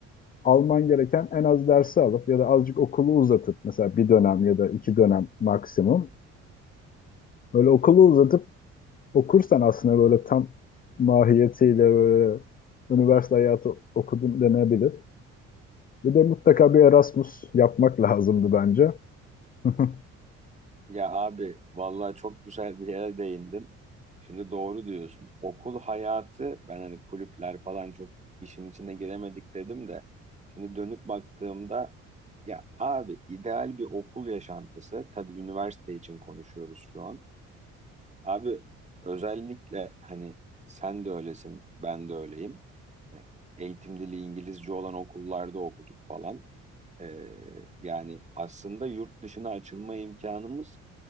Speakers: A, on the left; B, on the right.
A: alman gereken en az dersi alıp ya da azıcık okulu uzatıp mesela bir dönem ya da iki dönem maksimum. Böyle okulu uzatıp okursan aslında böyle tam mahiyetiyle böyle üniversite hayatı okudun denebilir. Bir de mutlaka bir Erasmus yapmak lazımdı bence. <laughs>
B: Ya abi vallahi çok güzel bir yere değindin. Şimdi doğru diyorsun. Okul hayatı ben hani kulüpler falan çok işin içine giremedik dedim de şimdi dönüp baktığımda ya abi ideal bir okul yaşantısı tabii üniversite için konuşuyoruz şu an. Abi özellikle hani sen de öylesin, ben de öyleyim. E, Eğitim dili İngilizce olan okullarda okuduk falan. Ee, yani aslında yurt dışına açılma imkanımız